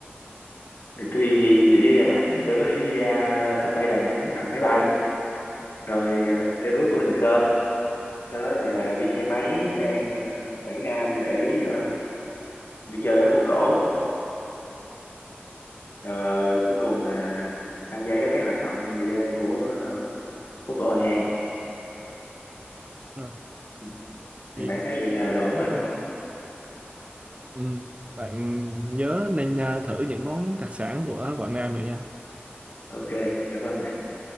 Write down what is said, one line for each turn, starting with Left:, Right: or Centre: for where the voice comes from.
Left: thì tôi thì để đi Đà Nẵng thì tôi có thể đi ra sân bay Đà Nẵng bằng máy bay rồi ờ, leo núi của Hình Sơn sau đó là đi xe máy sang ờ, Quảng Nam để ờ, đi chơi ở phố cổ rồi cuối cùng là tham gia các cái hoạt động về đêm của ờ, phố cổ Hội An
Right: đúng rồi.
Left: ừ. thì
Right: Thì,
Left: bạn thấy vậy là đủ rồi đúng không
Right: ừm, bạn nhớ nên ờ, thử những món đặc sản của Quảng Nam nữa nha
Left: ok cảm ơn bạn